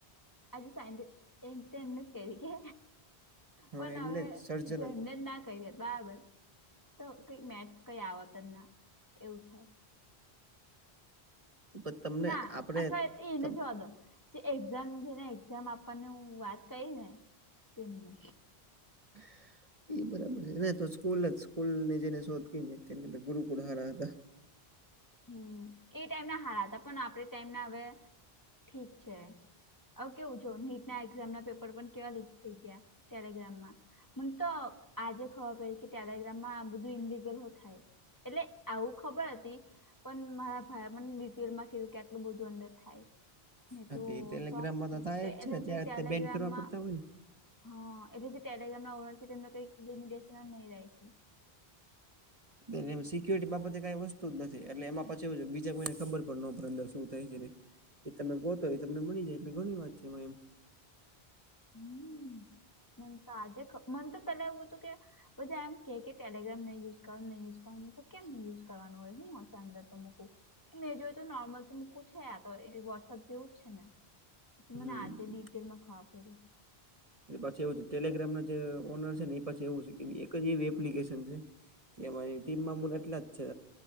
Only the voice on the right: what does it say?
હા
એમને
સર્જન
જ
પણ તમને
આપડે
તમ
<inaudible> એ બરાબર છે તો સ્કૂલ જ સ્કૂલ ની જેને શોધ તેને ગુરુકુળ હારા હતા.
હા
એ ટેલિગ્રામમાં
તો થાય જ
છે ને ત્યારે
તે બેન કરવા પડતા હોય ને
બેન સિક્યોરિટી બાબતે કઈ વસ્તુ જ નથી એટલે એમાં પછી એવું છે બીજા કોઈને ખબર પણ નનો પડે અંદર શું થાય છે ને. એ તમે ગોતો એ તમને મળી જાય એટલે ઘણી વાત છે એમ.
હમ
એ પછી એવું છે ટેલીગ્રામ ના જે ઓનર છે ને એ પછી એવું છે કે એક જ એવી એપ્લિકેશન છે. કે મારી ટીમમાં મૂન એટલા જ છે.